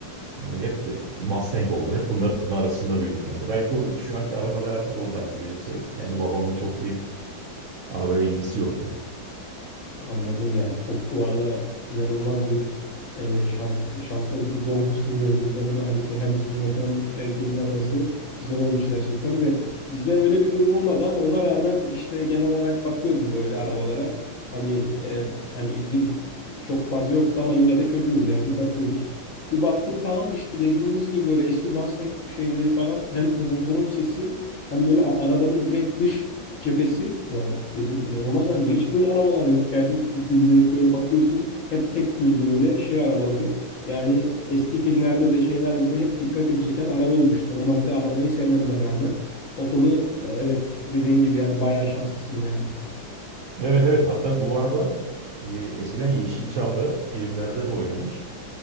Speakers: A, on the right; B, on the left.
A: E, Hep de Mustang oldu. Hep bunların arasında büyüdüm ben de. Belki o şu anki araba merakım da oradan geliyor. Yoksa kendi babamın çok bir arabaya ilgisi yok yani.
B: Anladım ya. Çok bu arada inanılmaz bir e, şans, şanslı doğmuşsun diyelim. Güzel bir ailede hem sünnet hem e, gelin arabası güzel olmuş gerçekten de. Bizde öyle bir durum olmadı ama ona rağmen işte genel olarak bakıyordum böyle arabalara. Hani e, hani ilgim çok fazla yoktu ama yine de çocuğuz yani bakıyoruz. Bir baktım falan işte dediğiniz gibi böyle eski Mustang şeyleri falan hem motorun sesi hem böyle a- arabanın direkt dış cephesi ya dedim inanılmaz lan niye hiç böyle arabalar yok yani gündelik böyle bakıyorsun hep tek düz böyle şey arabaları yani eski filmlerde de şeylerde de hep dikkatimi çeken araba olmuştu normalde arabayı sevmeme rağmen o konu e, evet dediğin gibi yani bayağı şanslısın ya
A: Evet evet hatta bu araba e, eskiden Yeşilçam'da filmlerde de oynamış.